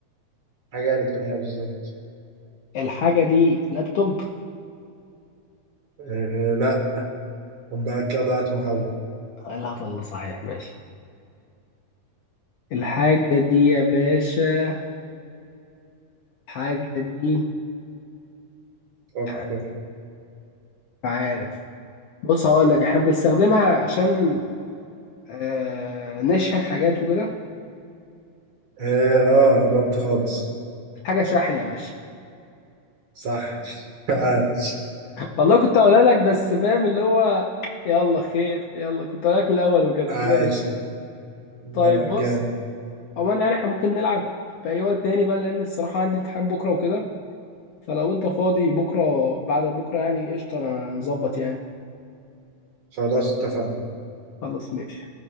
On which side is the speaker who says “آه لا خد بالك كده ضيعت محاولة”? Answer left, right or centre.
Right